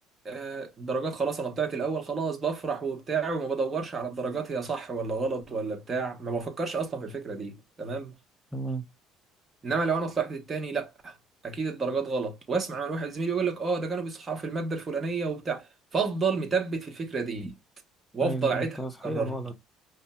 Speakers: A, on the right; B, in the centre.
A: آه، الدرجات خلاص انا طلعت الاول خلاص بفرح وبتاع وما بدورش على الدرجات هي صح ولا غلط ولا بتاع ما بفكرش اصلا في الفكرة دي تمام
B: تمام
A: انما لو انا طلعت التاني لا اكيد الدرجات غلط واسمع من واحد زميلي يقول لك اه ده كانوا بيصححوا في المادة الفلانية وبتاع فافضل متبت في الفكرة دي وافضل
B: ايوه إن
A: اعيدها
B: تصحيح
A: اكررها
B: غلط